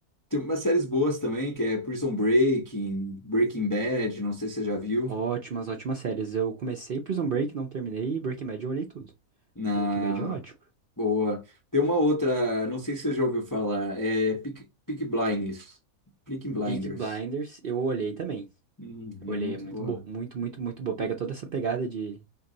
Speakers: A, on the left; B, on the right.
A: Tem umas séries boas também, que é Prison Breaking, Breaking Bad, não sei se você já viu.
B: Ótimas, ótimas séries. Eu comecei Prison Break, não terminei, e Breaking Bad eu olhei tudo.
A: Na
B: Breaking Bad é ótimo.
A: boa. Tem uma outra, não sei se você já ouviu falar, é Peak, Peaky Blinders. Peaky Blinders.
B: Peaky Blinders eu olhei também.
A: Hum,
B: Eu
A: é
B: olhei,
A: muito
B: é muito
A: boa.
B: bom, muito, muito, muito bom. Pega toda essa pegada de